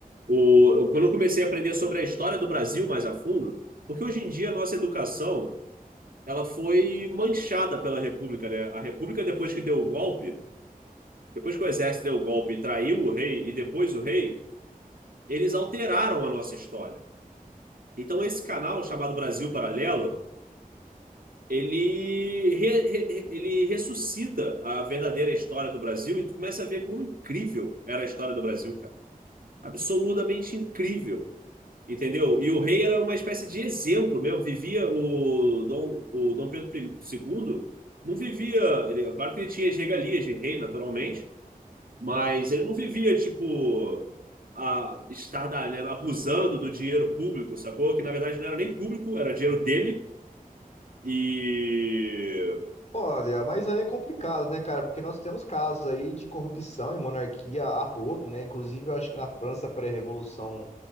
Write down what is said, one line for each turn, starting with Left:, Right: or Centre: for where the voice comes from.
Right: O, eu- quando eu comecei a aprender sobre a história do Brasil mais a fundo, porque hoje em dia a nossa educação ela foi manchada pela República, né? A República, depois que deu o golpe, depois que o exército deu o golpe e traiu o rei, e depois o rei, eles alteraram a nossa história. Então, esse canal chamado Brasil Paralelo, ele, re- re- ele ressuscita a verdadeira história do Brasil e tu começa a ver quão incrível era a história do Brasil, cara. Absolutamente incrível, entendeu? E o rei era uma espécie de exemplo mesmo. Vivia o Dom, o Dom Pedro I- II, não vivia. Ele, claro que ele tinha as regalias de rei, naturalmente, mas ele não vivia, tipo a estar abusando do dinheiro público, sacou? Que na verdade não era nem público, era dinheiro dele, E
Left: Olha, mas aí é complicado, né, cara? Porque nós temos casos aí de corrupção em monarquia a rodo, né? Inclusive, eu acho que na França pré-revolução